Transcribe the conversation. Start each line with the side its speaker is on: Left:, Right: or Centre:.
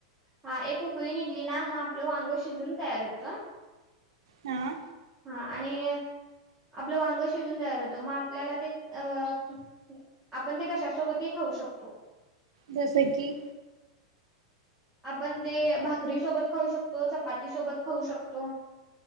Centre: हा एक उकळी निघली ना म आपलं वांग शिजून तयार होतं.
Right: हा
Centre: हा आणि आपलं वांग शिजून तयार होतं मग आपल्याला ते अ आपण ते कशासोबतही खाऊ शकतो.
Right: जसे कि
Centre: आपण ते भाकरी सोबत खाऊ शकतो, चपाती सोबत खाऊ शकतो.